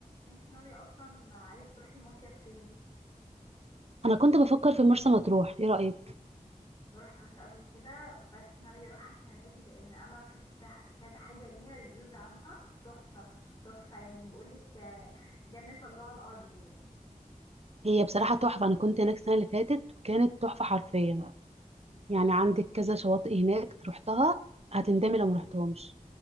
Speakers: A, on the left; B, on the right.
A: انتي ناوية اصلا عايزة تروحي مصيف فين
B: انا كنت بفكر في مرسى مطروح ايه رايك
A: ما روحتهاش قبل كده بس ناوية اروحها السنة دي لان انا شفت كذا حاجة ليها ريفيوز عنها تحفة تحفة يعني بقولك آه، جنة الله على الارض يعني
B: هي بصراحه تحفه انا كنت هناك السنه اللي فاتت كانت تحفه حرفيا يعني عندك كذا شواطئ هناك رحتها هتندمي لو ما رحتهمش